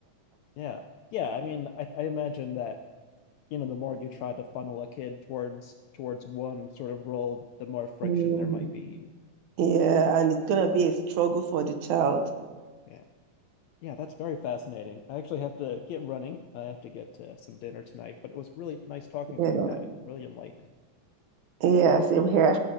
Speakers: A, on the left (about 80°); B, on the right (about 65°).
A: yeah, yeah. I mean, I, I imagine that you know the more you try to funnel a kid towards towards one sort of role, the more friction
B: <laughs>
A: there might be <laughs>
B: Yeah,
A: yeah. in relationships.
B: and it's gonna be a struggle for the child.
A: Yeah, Yeah, that's very fascinating. I actually have to get running. I have to get uh, some dinner tonight, but it was really nice talking
B: Yeah,
A: to you about it. Really enlightening.
B: yeah, same here.